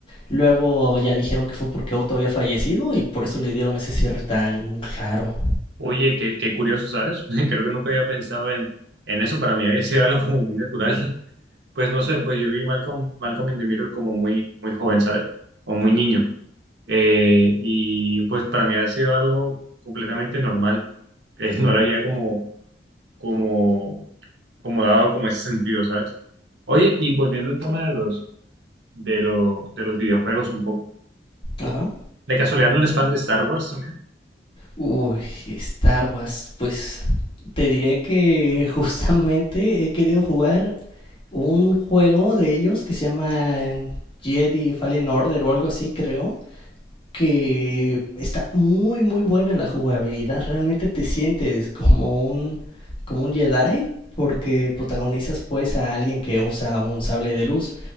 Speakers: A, on the left (about 30°); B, on the right (about 70°).
A: luego ya dijeron que fue porque Otto había fallecido y por eso le dieron ese cierre tan raro.
B: Oye, qué, qué curioso, ¿sabes? <laughs> Creo que nunca había pensado en, en eso. Para mí había sido algo como muy natural. <laughs> Pues no sé, pues yo vi Malcolm, Malcolm in the Middle como muy, muy joven, ¿sabes? O muy niño. Eh, y pues para mí había sido algo completamente normal. <laughs> Eh, no le había como, como, como dado como ese sentido, ¿sabes? Oye, y volviendo al tema de los, de lo- de los videojuegos un poco.
A: Ajá.
B: ¿De casualidad no eres fan de Star Wars también?
A: Uy, Star Wars, pues te diré que <laughs> justamente he querido jugar un juego de ellos que se llama Jedi Fallen Order o algo así, creo que está muy muy buena la jugabilidad. Realmente te sientes como un como un Jedi porque protagonizas pues a alguien que usa un sable de luz.